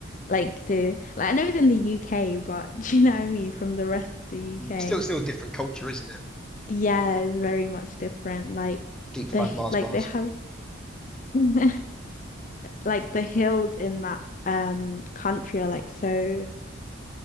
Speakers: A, on the left; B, in the centre.
A: like the like I know it's in the UK, but <laughs> do you know what I mean? From the rest of the UK.
B: Still, still a different culture, isn't it?
A: Yeah, it's very much different. Like
B: Deep fried
A: the h-
B: Mars
A: like
B: bars.
A: they have <laughs> the like the hills in that um country are like so